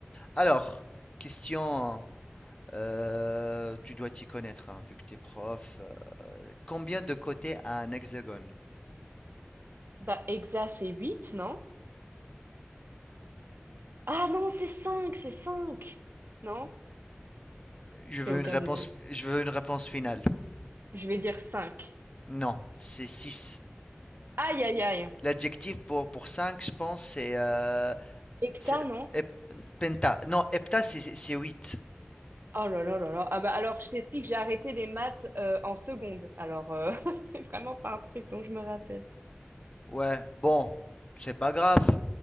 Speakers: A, on the left; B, on the right.
A: Alors, question, heu, tu dois t'y connaître, hein, vu que t'es prof, heu, combien de côtés a un hexagone?
B: Bah, Hexa, c'est 8, non? Ah non, c'est 5, c'est cinq, Non,
A: Je veux
B: c'est aucun
A: une réponse
B: des deux.
A: je veux une réponse finale.
B: Je vais dire 5.
A: Non, c'est 6.
B: Aïe, aïe, aïe.
A: l'adjectif pour pour 5, je pense, c'est, heu,
B: Hecta,
A: c'est
B: non?
A: hep penta. Non, hepta, c'est c'est 8.
B: Oh là là là là. Ah bah alors, je t'explique, j'ai arrêté les maths euh, en seconde. Alors, euh, <laughs> c'est vraiment pas un truc dont je me rappelle.
A: Ouais, bon, c'est pas grave,